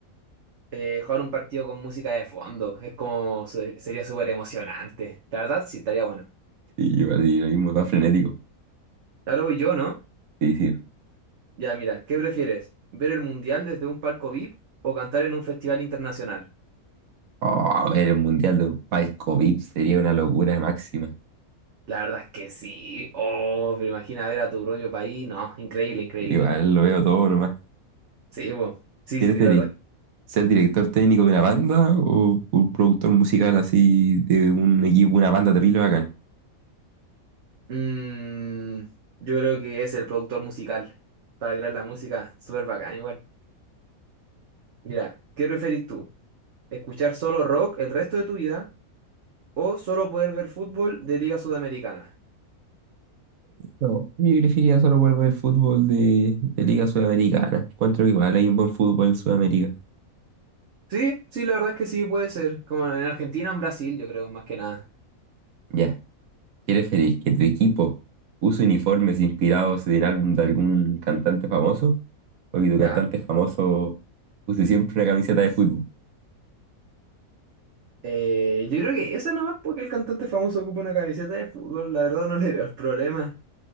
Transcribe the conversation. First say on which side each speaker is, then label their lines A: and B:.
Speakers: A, on the right (about 55°); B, on the right (about 70°).
A: Eh, jugar un partido con música de fondo es como, se- sería súper emocionante. La verdad, sí, estaría bueno.
B: Sí, igual, y lo mismo, va frenético.
A: Claro, voy yo, ¿no?
B: Sí, sí.
A: Ya, mira, ¿qué prefieres? ¿Ver el mundial desde un palco VIP o cantar en un festival internacional?
B: Oh, ver el mundial de un palco VIP sería una locura máxima.
A: La verdad es que sí. Oh, pero imagina ver a tu propio país. No, increíble, increíble.
B: Igual lo veo todo nomás.
A: Sí, pues. Sí,
B: ¿Qué
A: sí,
B: preferís?
A: sí, la verdad.
B: ¿Ser director técnico de una banda o un productor musical así de un equipo, una banda terrible bacán?
A: Mm, yo creo que es el productor musical para crear la música. Súper bacán, igual. Mira, ¿qué preferís tú? escuchar solo rock el resto de tu vida o solo poder ver fútbol de Liga Sudamericana.
B: No, yo elegiría solo por ver fútbol de, de Liga Sudamericana. Encuentro que igual hay un buen fútbol en Sudamérica.
A: Sí, sí, la verdad es que sí puede ser, como en Argentina o en Brasil, yo creo, más que nada.
B: Ya, ¿qué preferís? ¿Que tu equipo use uniformes inspirados en el álbum de algún cantante famoso? ¿O que tu
A: Ya.
B: cantante famoso use siempre una camiseta de fútbol?
A: Eh, yo creo que esa nomás porque el cantante famoso ocupa una camiseta de fútbol, la verdad no le veo el problema.